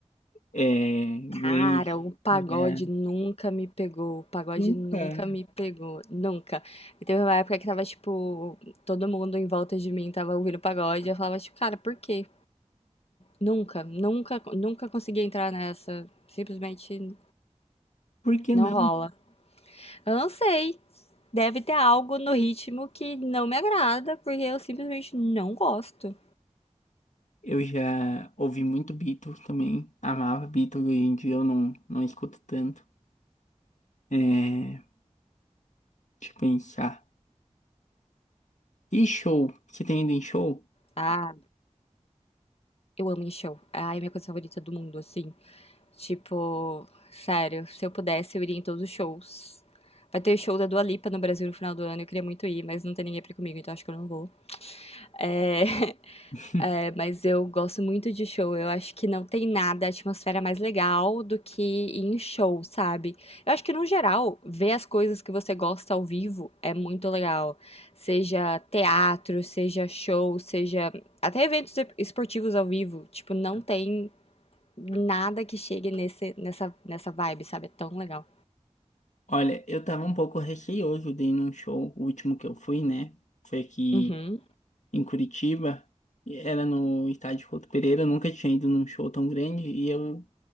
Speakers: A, on the left; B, on the left.
A: é, grunge,
B: Cara, o pagode
A: já...
B: nunca me pegou. O pagode
A: Nunca.
B: nunca me pegou. Nunca. E Teve uma época que tava, tipo, todo mundo em volta de mim tava ouvindo pagode. Eu falava, tipo, cara, por quê? Nunca, nunca, nunca consegui entrar nessa. Simplesmente
A: Por que
B: não
A: não?
B: rola. Eu não sei. Deve ter algo no ritmo que não me agrada, porque eu simplesmente não gosto.
A: Eu já ouvi muito Beatles também. Amava Beatles, hoje em dia eu não, não escuto tanto. É, deixa eu pensar. E show? Você tem ido em show?
B: Ah, eu amo em show. Ah, é a minha coisa favorita do mundo, assim. Tipo, sério, se eu pudesse, eu iria em todos os shows. Vai ter show da Dua Lipa no Brasil no final do ano, eu queria muito ir, mas não tem ninguém pra ir comigo, então acho que eu não vou. É, <laughs>
A: <laughs>
B: é, mas eu gosto muito de show, eu acho que não tem nada, a atmosfera mais legal do que ir em show, sabe? Eu acho que no geral, ver as coisas que você gosta ao vivo é muito legal. Seja teatro, seja show, seja até eventos esportivos ao vivo, tipo, não tem Nada que chegue nesse, nessa, nessa vibe, sabe? É tão legal.
A: Olha, eu tava um pouco receoso de ir num show, o último que eu fui, né? Foi aqui
B: Uhum,
A: em Curitiba, e era no estádio Couto Pereira, eu nunca tinha ido num show tão grande e eu